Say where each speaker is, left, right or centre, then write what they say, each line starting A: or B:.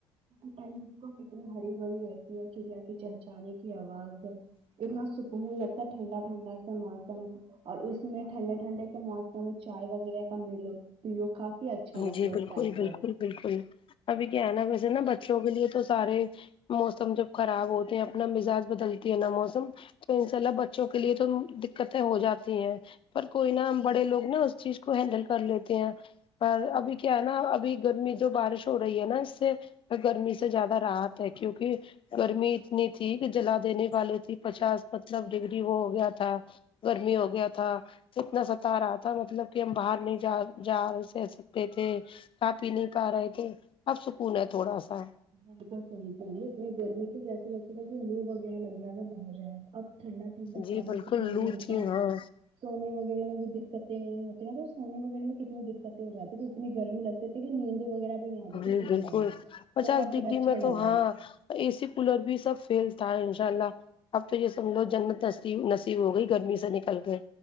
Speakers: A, on the right (about 45°); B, on the left (about 45°).
A: کتنی ہری بھری ہے چڑیا کی چہچانے کی آواز اتنا سکون لگتا ٹھنڈا ٹھنڈا موسم اور اس میں ٹھنڈے ٹھنڈے کے موسم میں چائے وغیرہ کا ملو پھر وہ کافی اچھا لگتا
B: جی
A: ہے
B: بالکل
A: اس ٹائم
B: بالکل
A: پر
B: بالکل ابھی کیا ہے نا ویسے نا بچوں کے لیے تو سارے موسم جب خراب ہوتے ہیں اپنا مزاج بدلتی ہے نا موسم تو انشاء اللہ بچوں کے لیے تو دقتیں ہو جاتی ہیں پر کوئی نہا ہم بڑے لوگ نا اس چیز کو ہینڈل کر لیتے ہیں اور ابھی کیا ہے نا ابھی گرمی جو بارش ہو رہی ہے نا اس سے گرمی سے زیادہ رات ہے کیونکہ گرمی اتنی تھی کہ جلا دینے والی تھی پچاس مطلب ڈگری وہ ہو گیا تھا گرمی ہو گیا تھا اتنا ستا رہا تھا مطلب کہ ہم باہر نہیں جا جا رہے س سکتے تھے کھا پی نہیں پا رہے تھے اب سکون ہے تھوڑا سا
A: بالکل صحیح کہہ گرمی کیسے لگتی تھ کہ لو وغیرہ لگ جائے گا بن جائےا اب ٹھنڈا اندر
B: جی
A: کافی
B: بالکل
A: سکون
B: لو
A: ملتا
B: تھی
A: ہے
B: ہاں
A: سونے وغیرہ میں بھی دقتیں نہیں ہوتی نا تو سونے وغیرہ میں کتنی دقت ہو جاتی تو اتنی گرمی لگتی تے نیند وغیرہ بھی نہیں آتے
B: جی
A: تے پھر
B: بالکل پچاس
A: تو کافی
B: ڈگری
A: اچھا
B: میں
A: لگ
B: تو ہاں
A: رہا ہے
B: اے سی کولر بھی سب فیل تھا انشاء اللہ اب تو یہ سمجھو جنت ن نصیب ہو گئی گرمی سے نکل کے